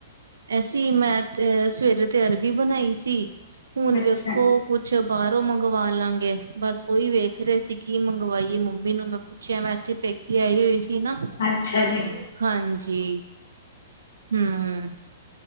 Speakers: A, on the right; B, on the left.
A: ਐਸੀ ਮੈਂ ਤੇ ਸਵੇਰੇ ਤੇ ਅਰਬੀ ਬਣਾਈ ਸੀ ਹੁਣ
B: ਅੱਛਾ,
A: ਵੇਖੋ ਕੁਛ ਬਾਹਰੋਂ ਮੰਗਵਾ ਲਾਂਗੇ ਬਸ ਓਹੀ ਵੇਖ ਰਹੇ ਸੀ ਕੀ ਮੰਗਵਾਈਏ ਮੰਮੀ ਨੂੰ ਮੈਂ ਪੁੱਛਿਐ ਮੈਂ ਇੱਥੇ ਪੇਕੀ ਆਈ ਹੋਈ ਸੀ ਨਾ
B: ਅੱਛਾ ਜੀ
A: ਹਾਂਜੀ ਹਮ ਹਮ